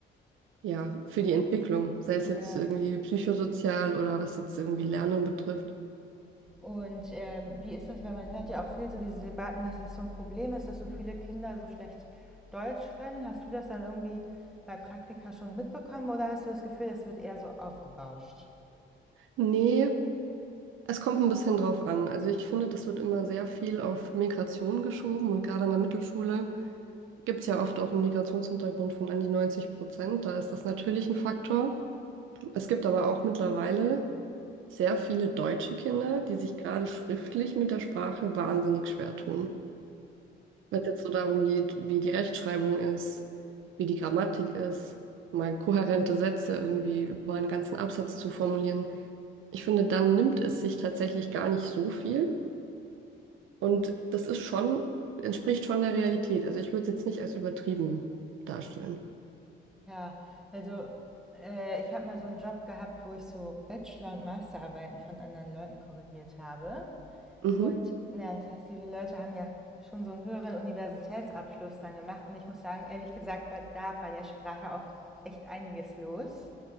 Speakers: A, on the right; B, in the centre.
A: ja, für die Entwicklung, sei es
B: Ja.
A: jetzt irgendwie psychosozial oder was jetzt irgendwie Lernen betrifft.
B: Und ähm, wie ist das, weil man hört ja auch viel so diese Debatten, dass das so ein Problem ist, dass so viele Kinder so schlecht Deutsch können. Hast du das dann irgendwie bei Praktika schon mitbekommen oder hast du das Gefühl, das wird eher so aufgebauscht?
A: Nee, es kommt ein bisschen drauf an. Also ich finde, das wird immer sehr viel auf Migration geschoben und gerade an der Mittelschule gibt es ja oft auch einen Migrationshintergrund von an die 90 Prozent. Da ist das natürlich ein Faktor. Es gibt aber auch mittlerweile sehr viele deutsche Kinder, die sich gerade schriftlich mit der Sprache wahnsinnig schwer tun. Wenn es jetzt so darum geht, wie die Rechtschreibung ist, wie die Grammatik ist, mal kohärente Sätze irgendwie über einen ganzen Absatz zu formulieren. Ich finde, dann nimmt es sich tatsächlich gar nicht so viel. Und
B: Okay.
A: das ist schon, entspricht schon der Realität. Also ich würde es jetzt nicht als übertrieben darstellen.
B: Ja, also äh, ich habe mal so einen Job gehabt, wo ich so Bachelor- und Masterarbeiten von anderen Leuten korrigiert habe.
A: Mhm.
B: Und na, das heißt, diese Leute haben ja schon so einen höheren Universitätsabschluss dann gemacht. Und ich muss sagen, ehrlich gesagt, war da bei der Sprache auch echt einiges los.